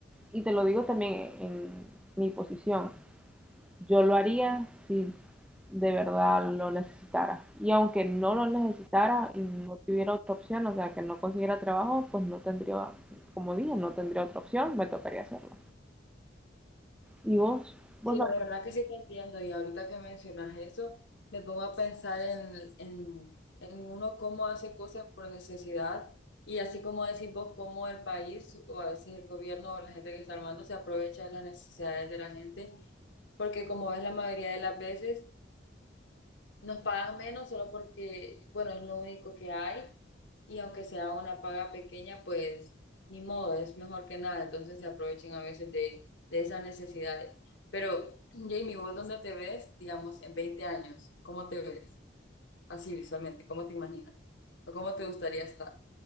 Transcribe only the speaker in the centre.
y te lo digo también en, en mi posición, yo lo haría si de verdad lo necesitara. Y aunque no lo necesitara y no tuviera otra opción, o sea, que no consiguiera trabajo, pues no tendría, como dije, no tendría otra opción, me tocaría hacerlo. ¿Y vos? ¿Vos
lo